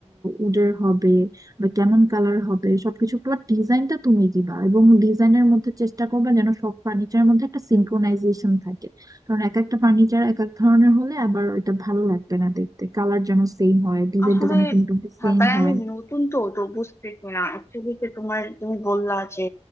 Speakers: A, on the right; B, on the left.
A: উডের হবে বা কেমন কালার হবে সবকিছু পুরো ডিজাইনটা তুমি দিবা এবং ডিজাইনের মধ্যে চেষ্টা করবে যেন সব ফার্নিচারের মধ্যে একটা সিনক্রোনাইজেশন থাকে কারণ এক একটা ফার্নিচার এক এক ধরনের হলে আবার ওইটা ভালো লাগবে না দেখতে কালার যেন সেম হয় ডিজাইনটা
B: আসলে
A: যেন একটু মোটামুটি সেম
B: ঢাকায়
A: হয়
B: আমি নতুন তো তো বুঝতেছি না অ্যাকচুয়ালি যে তোমার তুমি বললা যে